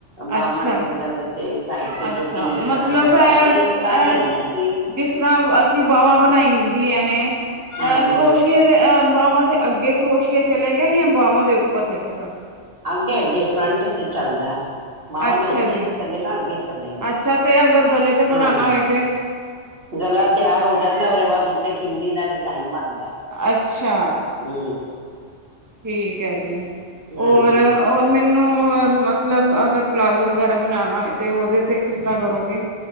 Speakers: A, on the right; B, on the right.
A: ਬਾਂਮਾ
B: ਅੱਛਾ
A: ਤੇ ਗਲੇ ਤੇ ਸਾਈਡ ਤੇ
B: ਅੱਛਾ
A: ਜੋ
B: ਮਤਲਬ
A: ਕਰਾਣਾ ਚਾਹੇ
B: ਹੈ
A: ਤੇ
B: ਇਹ
A: ਕਰ ਦਿੰਨੇ ਹਾਂ ਅਸੀਂ।
B: ਜਿਸ ਤਰ੍ਹਾਂ ਅਸੀਂ ਬਾਵਾਂ ਬਣਾਈਦੀਆਂ ਨੇ,
A: ਹਾਂਜੀ-ਹਾਂਜੀ
B: ਅਹ ਕਰੋਸ਼ੀਏ ਤੇ ਬਾਹਾਂ ਦੇ ਅੱਗੇ ਕਰੋਸੀਆ ਚਲੇਗਾ ਜਾਂ ਬਾਹਵਾਂ ਦੇ ਉੱਪਰ ਚਲੇਗਾ।
A: ਅੱਗੇ ਅੱਗੇ ਫਰੰਟ ਤੇ ਚੱਲਦਾ। ਬਾਵਾਂ
B: ਅੱਛਾ
A: ਦੇ ਉੱਤੇ
B: ਜੀ
A: ਨੀ ਚੱਲੇਗਾ, ਅੱਗੇ ਚੱਲੇਗਾ
B: ਅੱਛਾ ਤੇ ਅਗਰ ਗਲੇ ਤੇ ਬਣਾਉਣਾ
A: ਹਾਂ
B: ਹੋਏ ਤੇ
A: ਗਲਾ ਤਿਆਰ ਹੋ ਜਾਂਦਾ ਉਦੇ ਬਾਅਦ ਉੱਤੇ ਕਿੰਗਰੀ ਦਾ ਡਿਜ਼ਾਇਨ ਬਣਦਾ।
B: ਅੱਛਾ
A: ਹਮ
B: ਠੀਕ ਹੈ ਜੀ ਹੋਰ
A: ਹਾਂਜੀ
B: ਔਰ ਮੈਨੂੰ ਮਤਲਬ ਅਗਰ ਪਲਾਜ਼ੋ ਵਗੈਰਾ ਤੇ ਬਣਾਉਣਾ ਹੋਏ ਤਾਂ ਉਹਦੇ 'ਤੇ ਕਿਸ ਤਰ੍ਹਾਂ ਕਰੋਗੇ।